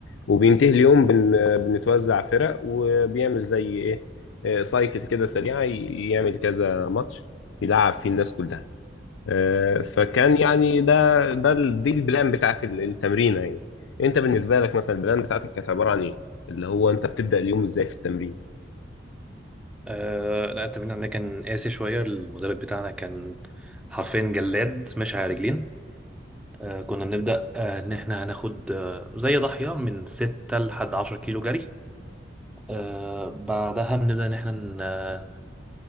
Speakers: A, on the left; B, in the centre.
A: وبينتهي اليوم
B: مم.
A: بن آه، بنتوزع فرق وبيعمل زي ايه آه، سايكل كده سريعة ي- يعمل كذا ماتش يلعب فيه الناس كلها آه، فكان
B: مم.
A: يعني ده ده ال- دي البلان بتاعت ال- التمرينة يعني انت بالنسبة لك مثلا البلان بتاعتك كانت عبارة عن ايه؟ اللي هو انت بتبدأ اليوم ازاي في التمرين؟
B: آه لا التمرين عندنا كان قاسي شوية المدرب بتاعنا كان حرفيا جلاد ماشي على رجلين آه، كنا بنبدأ آه، إن إحنا هناخد آه، زي ضاحية من ستة لحد عشرة كيلو جري آه، بعدها بنبدأ إن إحنا ن- آه،